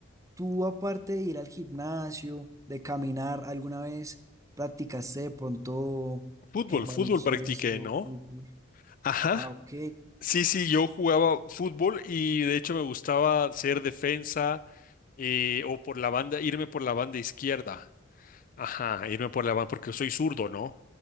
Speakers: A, on the right; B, on the left.
A: tú aparte de ir al gimnasio, de caminar, ¿alguna vez practicaste de pronto
B: fútbol,
A: eh, baloncesto,
B: fútbol practiqué, ¿no?
A: fútbol?
B: Ajá.
A: Ah, ok.
B: Sí, sí, yo jugaba fútbol y de hecho me gustaba ser defensa eh, o por la banda, irme por la banda izquierda. Ajá, irme por la banda, porque soy zurdo, ¿no?